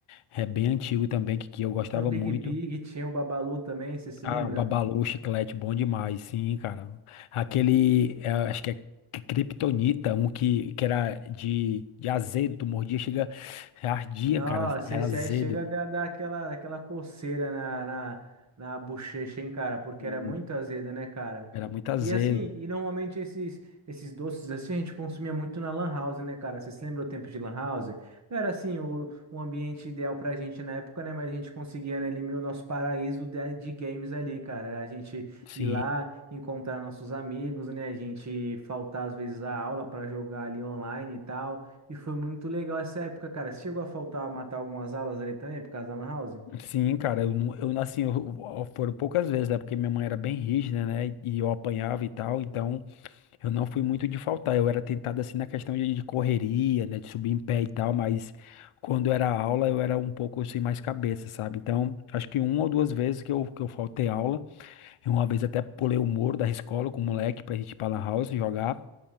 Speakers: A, on the left; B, on the right.
A: é bem antigo também, que, que eu gostava
B: Tinha o Big
A: muito.
B: Big, tinha o Babalu também, você se
A: Ah,
B: lembra?
A: Babalu, chiclete, bom demais, sim, cara. Aquele, é, acho que é cri- Kryptonita, um que, que era de, de azedo, tu mordia, chega, ardia,
B: Nossa,
A: cara, era
B: esse
A: azedo.
B: aí chega a dar dar aquela, aquela coceira na, na, na bochecha, hein, cara? Porque
A: Sim.
B: era muito azedo, né, cara?
A: Era muito azedo,
B: E assim, e normalmente esses, esses doces assim a gente consumia muito na Lan House, né, cara? Vocês lembram o tempo de Lan House? Não era assim o, o ambiente ideal pra gente na época, né? Mas a gente conseguia, né, ali, o nosso paraíso de, de games ali, cara. Era a gente
A: sim.
B: ir lá, encontrar nossos amigos, né? A gente faltar às vezes a aula pra jogar ali online e tal. E foi muito legal essa época, cara. Você chegou a faltar matar algumas aulas ali também por causa da Lan House?
A: Sim, cara, eu, não- eu assim, eu, eu- foram poucas vezes, né? Porque minha mãe era bem rígida, né? E eu apanhava e tal, então eu não fui muito de faltar. Eu era tentado assim na questão de, de correria, né? De subir em pé e tal, mas quando era aula eu era um pouco assim mais cabeça, sabe? Então, acho que uma ou duas vezes que eu, que eu faltei aula. E uma vez até pulei o muro da escola com o moleque pra gente ir pra Lan House jogar.